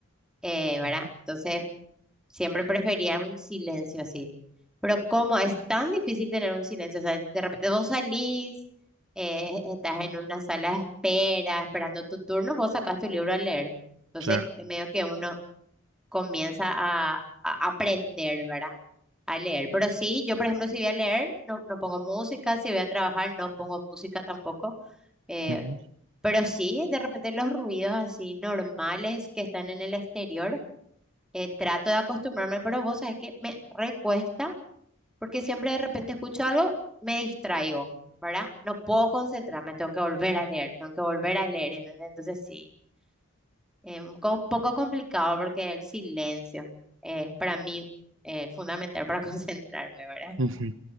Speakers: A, in the centre; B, on the right.
A: eh, ¿verdad?
B: Ujú,
A: Entonces Siempre prefería un silencio así. Pero como es tan difícil tener un silencio, o sea, de repente vos salís, eh, estás en una sala de espera, esperando tu turno, vos sacás tu libro a leer. Entonces,
B: Claro.
A: medio que uno comienza a, a aprender, ¿verdad? A leer. Pero sí, yo, por ejemplo, si voy a leer, no, no pongo música, si voy a trabajar, no pongo música tampoco. eh,
B: ujú.
A: pero sí, de repente los ruidos así normales que están en el exterior eh, trato de acostumbrarme, pero vos sabés que me recuesta porque siempre de repente escucho algo, me distraigo, ¿verdad? No puedo concentrarme, tengo que volver a leer, tengo que volver a leer, ¿entendés? Entonces sí, un poco complicado porque el silencio es para mí eh, fundamental para <laughs> concentrarme, ¿verdad?
B: Ujú.